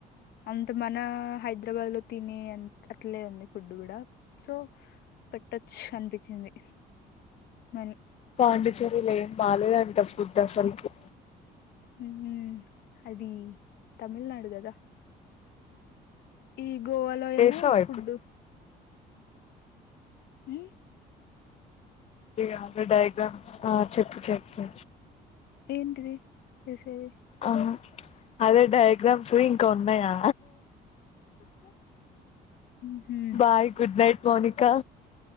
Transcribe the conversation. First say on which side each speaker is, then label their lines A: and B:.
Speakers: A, on the left (about 70°); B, on the left (about 40°).
A: అంత మన హైదరాబాద్ లో తినే అట్లే ఉంది ఫుడ్ కూడా సో పెట్టొచ్చు అనిపించింది మని
B: పాండిచ్చేరిలో ఏం బాలేదు అంట ఫుడ్ అసలకి
A: ఉ అది తమిళనాడు కదా ఈ గోవాలో
B: చేస్తావా
A: ఏమో ఫుడ్డు
B: ఇప్పుడు
A: ఉ
B: ఈ గ్యాప్ లో డయగ్రమ్స్ ఆ చెప్పు చెప్పు
A: ఏంటిది ఏసేది
B: ఆ అదే డయాగ్రామ్స్ ఇంకా ఉన్నాయా
A: మ్మ్
B: బాయ్ గుడ్ నైట్ మోనికా